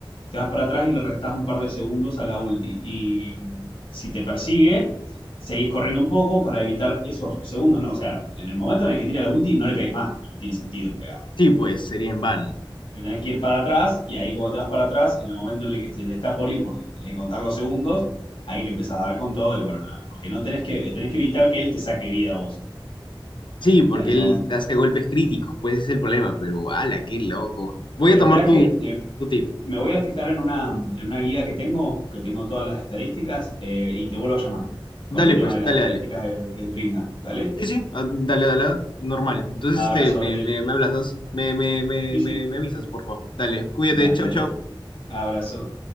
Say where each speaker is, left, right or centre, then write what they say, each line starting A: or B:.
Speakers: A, on the left; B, on the left.
A: Te vas para atrás y le restás un par de segundos a la ulti. Y mm, si te persigue, seguís corriendo un poco para evitar esos segundos. No, o sea, en el momento en el que tira la ulti no le pegues más porque no tiene sentido pegarle.
B: Sí, pues sería en vano.
A: Te te tenés que ir para atrás y ahí cuando te vas para atrás, en el momento en el que se le está por ir porque tenés que contar los segundos, ahí le empezás a dar con todo y bueno, nada, porque no tenés que, tenés que evitar que él te saque vida a vos
B: Sí, porque
A: en ese
B: él
A: momento.
B: hace golpes críticos, pues ese es el problema, pero ala, qué loco. Voy
A: Pero
B: a tomar
A: espera
B: tu,
A: que eh,
B: tu tip.
A: me voy a fijar en una, en una guía que tengo, que tengo todas las estadísticas, eh, y te vuelvo a llamar
B: Dale,
A: con el tema
B: pues,
A: de las
B: dale,
A: estadísticas
B: dale.
A: del, del Drinda. ¿Dale?
B: Sí, sí, ah, dale, dale, normal. Entonces,
A: Abrazo,
B: este, me,
A: Abdel.
B: me, me hablas dos. Me, me, me,
A: Sí,
B: me,
A: sí.
B: me avisas, por favor. Dale, cuídate,
A: Dale,
B: chau,
A: dale.
B: chau.
A: Abrazo.